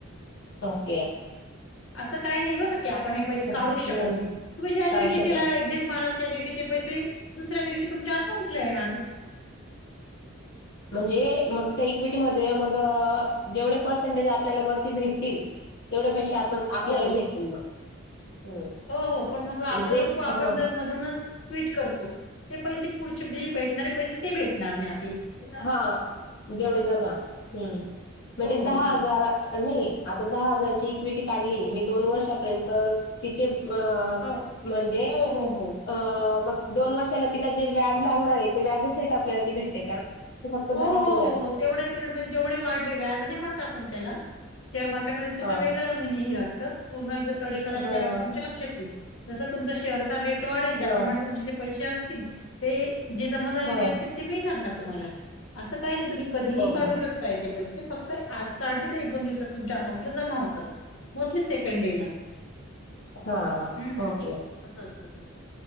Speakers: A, on the left (about 55°); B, on the left (about 75°).
A: ओके.
B: असं काही नाही बर का, की आपण हे पैसे काढूच
A: ओके.
B: शकत नाही. तुम्ही ज्या दिवशी
A: काढू शक
B: तिला एक्झिट माराल त्या दिवशी ते पैसे, दुसऱ्या दिवशी तुमच्या अकाउंटला येणार.
A: म्हणजे मग त्या इक्विटीमध्ये आम्हाला मग जेवढे पर्सेंटेज आपल्याला वरती भेटतील. तेवढे पैसे आपण, आपल्याला
B: हो.
A: भेटतील मग. हम्म
B: हो हो, पण मग आपलं
A: जे
B: जर आपण
A: हा
B: जर मधूनच क्विट करतो. ते पैसे पुढचेे भेटणारे पैसे ते भेटणार नाही आप
A: हा जेवढे जमा हम्म म्हणजे
B: हो
A: दहा
B: हो हो
A: हजार नाही आता दहा हजारची इक्विटी काढलीय. मी दोन वर्षात पर्यंत तिचे अ
B: हो हो
A: म्हणजे
B: हो हो हो
A: अ मग दोन वर्षाला तिला जे व्याज लागणार आहे, ते व्याजसहित आपल्याला ती भेटते का? ते फक्त
B: हो
A: दहाच
B: हो
A: हजार
B: हो हो. तेवढ्या पिरियडमध्ये जेवढे वाढले व्याज नाही म्हणत आपण त्याला. शेअर मार्केटमध्ये त्याचं
A: हा
B: वेगळं मिनी हे असतं, पूर्ण एकदा स्टडी कराल
A: हा
B: त्यावेळेस तुमच्या लक्षात येईल. जस तुमचा शेअरचा रेट वाढेल,
A: हा
B: त्याप्रमाणे तुमचे जे पैसे असतील ते जे जमा झालेले
A: हा
B: असतील. ते मिळणार ना तुम्हाला, असं काय नाही तुम्ही कधीही
A: ओके.
B: काढू शकताय ते पैसे फ आज काढले तर एक दोन दिवसात तुमच्या अकाउंटला जमा होतात. मोस्टली सेकंड डे ला
A: हा
B: हम्म
A: ओके.
B: असं असतं ते.